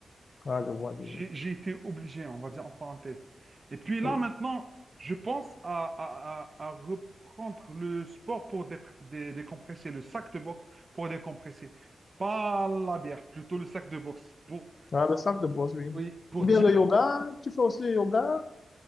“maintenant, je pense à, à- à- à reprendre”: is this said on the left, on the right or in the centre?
Right